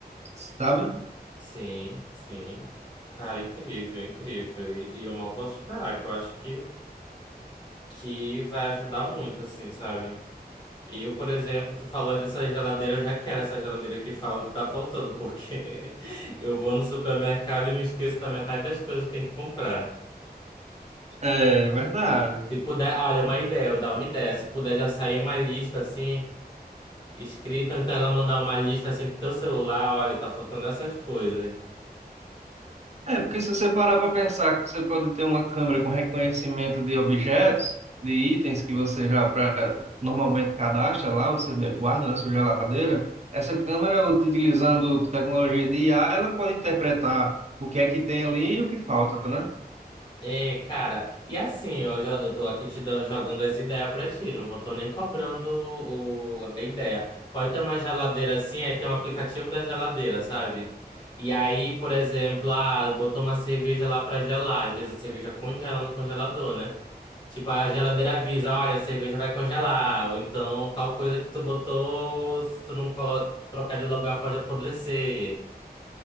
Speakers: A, on the right (about 40°); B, on the left (about 25°).
A: sabe?
B: Sim, sim. Cara, incrível, incrível. E, e eu mal posso esperar, que eu acho que, que vai ajudar muito, assim, sabe? E eu, por exemplo, tu falou aí dessa geladeira, eu já quero essa geladeira que fala que tá faltando, porque <laughs> eu vou no supermercado e me esqueço da metade das coisas que tem que comprar.
A: É verdade.
B: Se puder, olha, uma ideia, eu dar uma ideia. Se puder já sair uma lista, assim, escrita, ou então ela mandar uma lista, assim, pro teu celular, olha, tá faltando essas coisas.
A: É, porque se você parar para pensar que você pode ter uma câmera com reconhecimento de objetos, de itens que você já pré- normalmente cadastra lá, você guarda na sua geladeira, essa câmera, utilizando tecnologia de IA, ela pode interpretar o que é que tem ali e o que falta, né?
B: É, cara, e assim, eu já eu tô aqui te dando, jogando as ideias pra ti, não vou, tô nem cobrando o, a ideia. Pode ter uma geladeira assim, aí tem um aplicativo da geladeira, sabe? E aí, por exemplo, ah, botou uma cerveja lá pra gelar, às vezes a cerveja congela no congelador, né? Tipo, a geladeira avisa, olha, a cerveja vai congelar, ou então tal coisa que tu botou, se tu não colo trocar de lugar pode apodrecer.